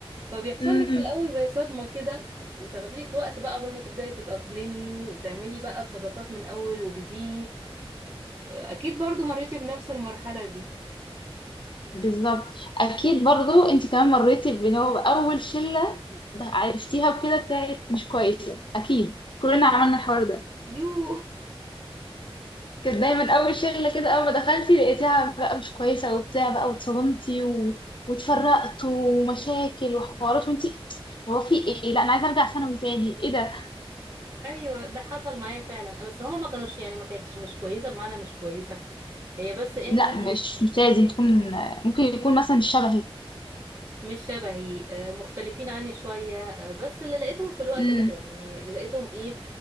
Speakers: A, on the right; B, on the left.
A: فبيحصل
B: امم
A: لك في الاول زي صدمة كده وتاخدي لك وقت بقى قبل ما تبدأي تتأقلمي وتعملي بقى صداقات من اول وجديد اكيد برضو مريتي بنفس المرحلة دي
B: بالظبط اكيد برضو انت كمان مريتي اللي هو اول شلة عرفتيها وكده بتاعت مش كويسة اكيد كلنا عملنا الحوار ده
A: يو
B: كانت دايما اول شله كده اول ما دخلتي لقيتيها بقى مش كويسه وبتاع بقى واتصدمتي و... واتفرقتوا ومشاكل وحوارات وانتي هو في ايه لا انا عايزه ارجع ثانوي تاني ايه ده
A: ايوه ده حصل معايا فعلا بس هما ما كانوش يعني ما كانتش مش كويسه بمعنى مش كويسه هي بس انتي
B: لا مش مش لازم تكون ممكن يكون مثلا مش شبهي
A: مش شبهي آه، مختلفين عني شويه آه، بس اللي لقيتهم في الوقت
B: امم
A: ده يعني اللي لقيتهم ايه